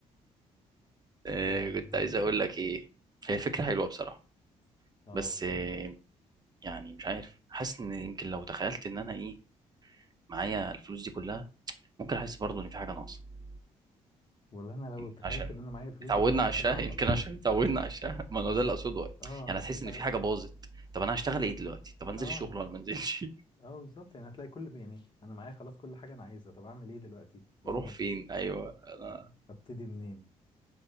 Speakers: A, on the right (about 30°); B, on the left (about 35°).
A: آه
B: لا والله
A: كنت عايز اقول لك ايه هي فكرة حلوة بصراحة
B: اه
A: بس
B: وت-
A: آه يعني مش عارف حاسس ان يمكن لو تخيلت ان انا ايه معايا الفلوس دي كلها ممكن احس برضه ان في حاجة ناقصة
B: والله انا لو
A: يمكن
B: تخيلت
A: عشان
B: ان انا معايا الفلوس
A: اتعودنا
B: دي كلها ممكن
A: على الشاه
B: اعطل
A: يمكن عشان اتعودنا على الشاه ما هو
B: م...
A: ده اللي اقصده
B: اه
A: يعني
B: مش
A: هتحس
B: مش
A: ان
B: عارف
A: في حاجه باظت طب انا هشتغل ايه دلوقتي طب انزل
B: اه
A: الشغل ولا ما انزلش
B: اه بالظبط يعني هتلاقي كل يعني انا معايا خلاص كل حاجه انا عايزها طب اعمل ايه دلوقتي
A: <laughs>
B: ايه
A: اروح
B: المطلوب
A: فين ايوه انا
B: آه، ابتدي منين